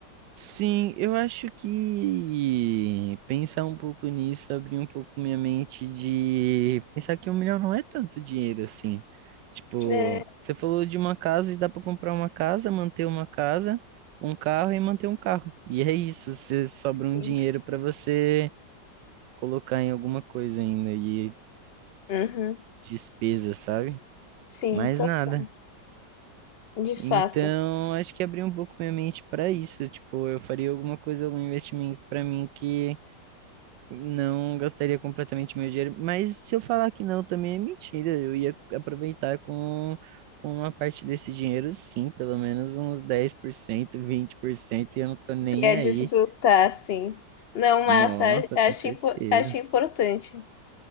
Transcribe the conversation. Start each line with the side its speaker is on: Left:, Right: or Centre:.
Right: Sim, eu acho que pensar um pouco nisso abriu um pouco minha mente de pensar que um milhão não é tanto dinheiro assim. Tipo,
Left: É,
Right: você falou de uma casa e dá pra comprar uma casa, manter uma casa, um carro e manter um carro. <laughs> E é isso, você sobra
Left: sim,
Right: um dinheiro pra você colocar em alguma coisa ainda e
Left: Uhum.
Right: despesa, sabe?
Left: Sim,
Right: Mais
Left: total.
Right: nada.
Left: De fato.
Right: Então, acho que abriu um pouco minha mente pra isso. Tipo, eu faria alguma coisa, algum investimento pra mim que Não gastaria completamente meu dinheiro, mas se eu falar que não, também é mentira. Eu ia aproveitar com com uma parte desse dinheiro, sim, pelo menos uns 10%, 20%, e eu não tô nem
Left: Ia
Right: aí.
Left: desfrutar, sim. Não, massa,
Right: Nossa,
Left: acho,
Right: com certeza.
Left: impo- acho importante.